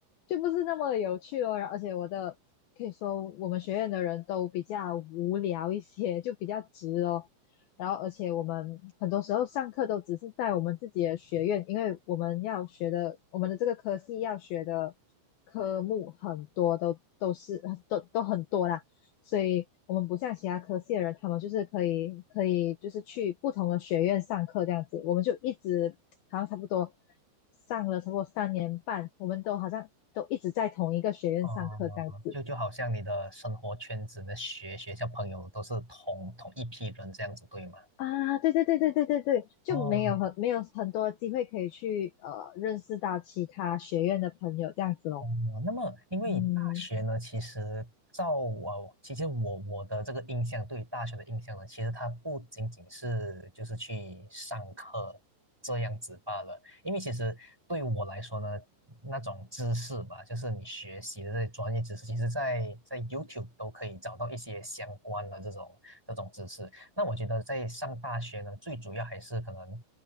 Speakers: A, on the left; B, in the centre.
A: 就不是那么有趣咯。然后而且我的可以说我们学院的人都比较无聊一些，就比较直哦。然后而且我们很多时候上课都只是在我们自己的学院，因为我们要学的我们的这个科系要学的科目很多都都是都都很多啦，所以。我们不像其他科系的人，他们就是可以可以就是去不同的学院上课这样子，我们就一直好像差不多上了差不多三年半，我们都好像都一直在同一个学院上课这样子
B: 哦，就就好像你的生活圈子、你的学学校朋友都是同同一批人这样子，对吗？
A: 啊。对对对对对对对，就没有很没有很多机会可以去呃认识到其他学院的朋友这样子咯。
B: 哦，哦，那么因为大学呢，
A: 嗯，
B: 其实照我，其实我我的这个印象，对于大学的印象呢，其实它不仅仅是就是去上课这样子罢了。因为其实对我来说呢，那种知识吧，就是你学习的这些专业知识，其实在在 YouTube 都可以找到一些相关的这种这种知识。那我觉得在上大学呢，最主要还是可能，